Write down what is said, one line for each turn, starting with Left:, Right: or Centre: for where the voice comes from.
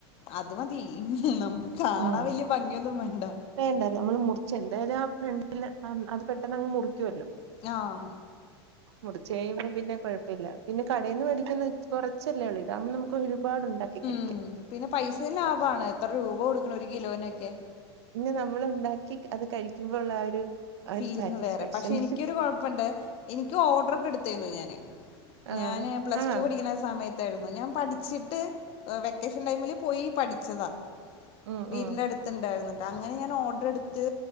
Left: അത് മതി നമുക്ക് കാണാൻ
Right: ഉം
Left: വല്യ ഭംഗിയൊന്നും വേണ്ട
Right: വേണ്ട നമ്മള് മുറി ച്ച് എന്തായാലും ആ ഫ്രണ്ടീന്ന് അത് പെട്ടെന്നങ്ങ് മുറിക്കുവല്ലോ
Left: ആഹ്
Right: മുറിച്ച് കഴിയുമ്പോൾ പിന്നെ കുഴപ്പമില്ല പിന്നെ കടയിൽ നിന്ന് മേടിക്കുന്ന കുറച്ചല്ലേ ഒള്ളൂ ഇതാകുമ്പം നമുക്ക് ഒരുപാട് ഉണ്ടാക്കി കഴിക്കാം
Left: ഉം പിന്നെ പൈസയും ലാഭമാണ് എത്ര രൂപ കൊടുക്കണം ഒരു കിലോനൊക്കെ
Right: ഇന്നി നമ്മൾ ഉണ്ടാക്കി അത് കഴിക്കുമ്പോ ഉള്ള ആ ഒരു ആ
Left: ഫീലിങ്ങ്
Right: ഒരു സാറ്റിസ്ഫാക്ഷൻ
Left: വേറെ പക്ഷെ എനിക്കൊരു കൊഴപ്പണ്ട് എനിക്കും ഓർഡർ ഒക്കെ എടുത്തായിന് ഞാന്
Right: ആഹ്
Left: ഞാന് പ്ലസ്
Right: ആഹ്
Left: ടു പഠി ക്കുന്ന സമയത്തായിരുന്നു ഞാൻ പഠിച്ചിട്ട് വെക്കേഷൻ ടൈമില് പോയി പഠിച്ചതാ
Right: ഉം
Left: വീടിന്റെ
Right: ഉം
Left: അടുത്തുണ്ടായിരുന്ന് കേട്ടോ അങ്ങനെ ഞാൻ ഓർഡർ എടുത്ത്